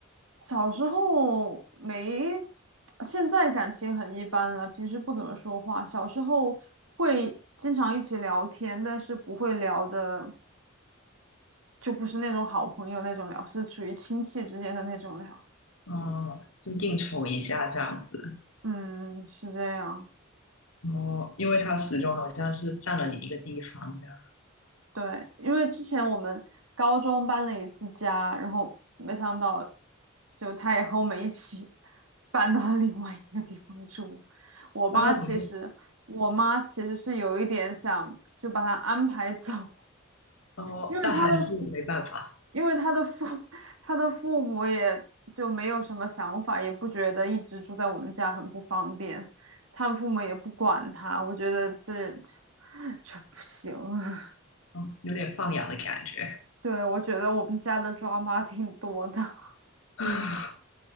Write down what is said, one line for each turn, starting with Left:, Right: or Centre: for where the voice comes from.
Right: 小时候没，现在感情很一般了，平时不怎么说话。小时候会经常一起聊天，但是不会聊的，就不是那种好朋友那种聊，是属于亲戚之间的那种聊。
Left: 哦，就应酬一下这样子。
Right: 嗯，是这样。
Left: 哦，因为他始终好像是占了你一个地方这样，
Right: 对，因为之前我们高中搬了一次家，然后没想到，就他也和我们一起 <laughs> 搬到另外一个地方住。我妈其实，
Left: 搬到同一个
Right: 我妈其实是有一点想就把他安排走，
Left: 哦，
Right: 因为他的，
Left: 但还是没办法，
Right: 因为他的父，他的父母也就没有什么想法，也不觉得一直住在我们家很不方便，他们父母也不管他，我觉得这 <laughs> 这不行。<laughs>
Left: 哦，有点放养的感觉。
Right: 对，我觉得我们家的抓马挺多的。<laughs>
Left: <laughs>